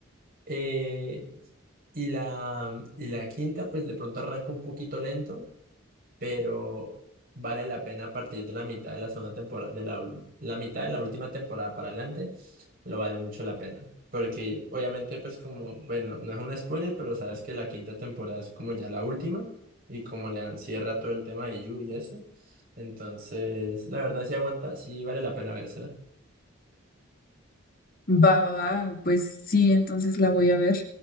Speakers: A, on the right; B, on the left.
A: Eh, y la, y la quinta, pues de pronto arranca un poquito lento, pero vale la pena a partir de la mitad de la segunda temporada, de la, ul- la mitad de la última temporada para adelante, lo vale mucho la pena. Porque obviamente, pues como, bueno, no es un spoiler, pero sabes que la quinta temporada es como ya la última y como le dan cierre a todo el tema de Yu y eso. Entonces, la verdad sí aguanta, sí vale la pena vérsela.
B: va, va, va, pues sí, entonces la voy a ver.